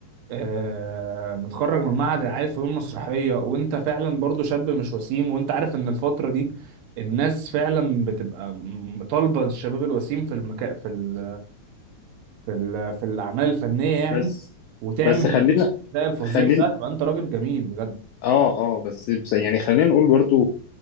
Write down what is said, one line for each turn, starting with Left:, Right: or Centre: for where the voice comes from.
Right: آه متخرج من معهد عارف فنون مسرحية وانت فعلا برضو شاب مش وسيم وانت عارف ان الفترة دي الناس فعلا بتبقى م- طالبة الشباب الوسيم في المكان في ال في ال في الأعمال الفنية يعني
Left: بس
Right: وتعمل
Left: بس خلينا
Right: الأداء الفظيع
Left: خلينا
Right: ده تبقى انت راجل جميل بجد
Left: اه اه بس بس يعني خلينا نقول برضو